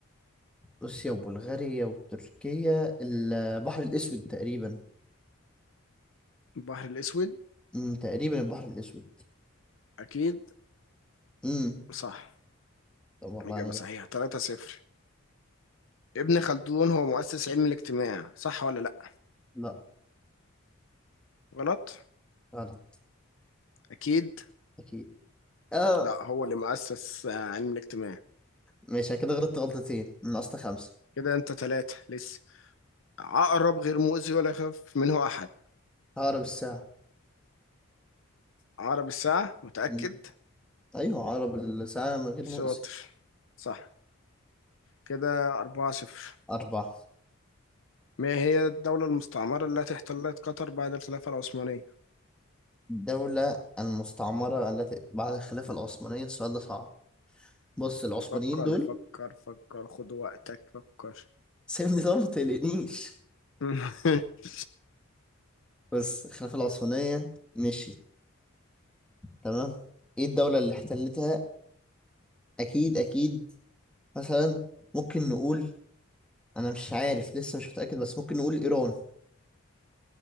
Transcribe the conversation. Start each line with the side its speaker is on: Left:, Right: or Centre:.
Centre: روسيا وبلغاريا وتركيا البحر الأسود تقريبا
Left: البحر الأسود
Centre: امم تقريبا البحر الأسود
Left: أكيد
Centre: امم
Left: صح
Centre: طب والله
Left: إجابة
Centre: أنا جاي.
Left: صحيحة 3-0 ابن خلدون هو مؤسس علم الاجتماع صح ولا لأ؟
Centre: لا
Left: غلط؟
Centre: غلط
Left: أكيد
Centre: أكيد آه
Left: لأ هو اللي مؤسس آه، علم الاجتماع
Centre: ماشي أنا كده غلطت غلطتين من أصل خمسة
Left: كده أنت تلاتة لسه عقرب غير مؤذي ولا يخاف منه أحد
Centre: عقرب الساعة
Left: عقرب الساعة متأكد؟
Centre: امم أيوه عقرب الساعة من غير مؤذي
Left: شاطر صح كده 4-0
Centre: أربعة
Left: ما هي الدولة المستعمرة التي احتلت قطر بعد الخلافة العثمانية؟
Centre: الدولة المستعمرة التي بعد الخلافة العثمانية السؤال ده صعب بص العثمانيين
Left: فكر
Centre: دول
Left: فكر فكر خد وقتك فكر
Centre: <laughs> سيبني طب ما تقلقنيش
Left: <laughs>
Centre: بس الخلافة العثمانية مشيت تمام ايه الدولة اللي احتلتها اكيد اكيد مثلا ممكن نقول انا مش عارف لسه مش متأكد بس ممكن نقول ايران